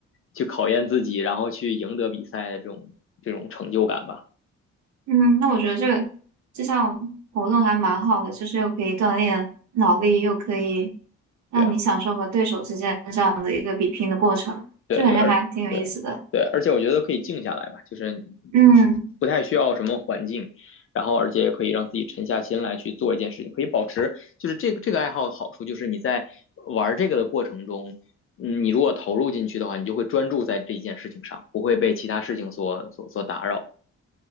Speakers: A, on the left; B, on the right.
A: 去考验自己，然后去赢得比赛的这种这种成就感吧。
B: 嗯，那我觉得这个这项活动还蛮好的，就是又可以锻炼脑力，又可以让你享受和对手之间这样的一个比拼的过程，
A: 对啊，对对，
B: 就感觉还挺有意思的。
A: 而对对，而且我觉得可以静下来吧，就是你
B: 嗯。
A: 不太需要什么环境，然后而且也可以让自己沉下心来去做一件事情，可以保持就是这个这个爱好的好处就是你在玩这个的过程中，嗯，你如果投入进去的话，你就会专注在这一件事情上，不会被其他事情所所所打扰。